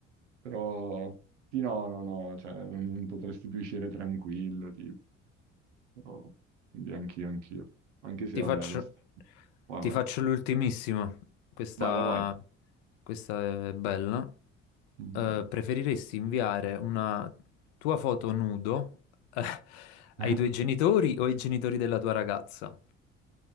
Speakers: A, on the right; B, on the left.
A: Però sì, no, no, no, cioè non potresti più uscire tranquillo, tipo. Però, quindi anch'io, anch'io. Anche se,
B: Ti
A: vabbè,
B: faccio,
A: lo st- Vai,
B: ti
A: vai.
B: faccio l'ultimissima. Questa,
A: Vai, vai, vai.
B: questa è bella.
A: Mhm.
B: Eh, preferiresti inviare una tua foto nudo, eh, ai
A: <laughs>
B: tuoi genitori o ai genitori della tua ragazza?